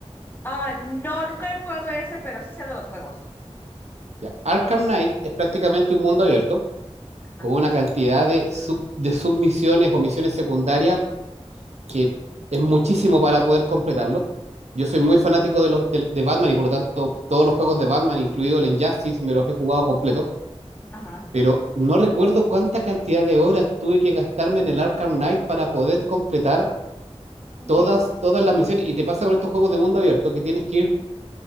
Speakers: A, on the left; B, on the right.
A: Ah, no, nunca he jugado ese, pero sí sé de los juegos.
B: Ya. Arkham Knight es prácticamente un mundo abierto
A: Ajá.
B: con una cantidad de, sub- de submisiones o misiones secundarias que es muchísimo para poder completarlo. Yo soy muy fanático de, los, de, de Batman y por lo tanto todos los juegos de Batman, incluido el Injustice, me los he jugado completo,
A: Ajá.
B: pero no recuerdo cuánta cantidad de horas tuve que gastarme en el Arkham Knight para poder completar
A: Sí.
B: todas, todas las misiones. Y te pasa con estos juegos de mundo abierto que tienes que ir